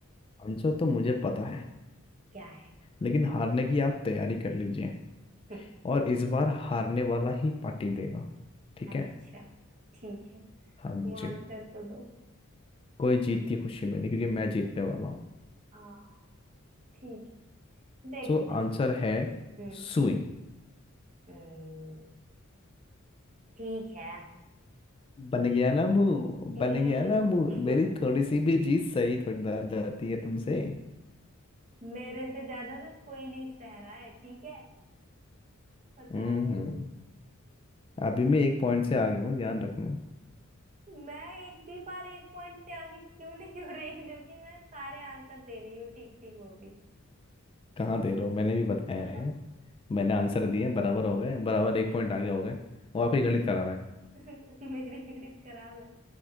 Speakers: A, on the left; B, on the right.
A: आंसर तो मुझे पता है
B: क्या है
A: लेकिन हारने की आप तैयारी कर लीजिए
B: <laughs>
A: और इस बार हारने वाला ही पार्टी देगा ठीक
B: अच्छा
A: है
B: ठीक है
A: हाँ
B: तुम
A: जी
B: आंसर तो दो
A: कोई जीत की खुशी में नहीं क्योंकि मैं जीतने वाला हूँ
B: हाँ ठीक है देखते
A: तो
B: हैं।
A: आंसर है
B: हम्म
A: सुई
B: हम्म, ठीक है
A: बन
B: ये
A: गया ना मुंह
B: हम्म,
A: बन गया ना मुंह मेरी थोड़ी सी भी चीज सही थोड़ी ना जाती है तुमसे
B: मेरे से ज्यादा ना कोई नहीं सह रहा है ठीक है बता
A: हम्म
B: रहे
A: हम्म।
B: जो
A: अभी मैं एक पॉइंट से आगे हूँ ध्यान रखना
B: मैं एक भी बार एक पॉइंट से आगे क्यों नहीं हो रही जो कि मैं सारे आंसर दे रही हूँ ठीक ठीक वो भी
A: कहाँ दे रहे हो मैंने भी बताया
B: <laughs>
A: है मैंने आंसर दिए बराबर हो गए बराबर एक पॉइंट आगे हो गए वो आपकी गणित करा है
B: मेरी गणित खराब है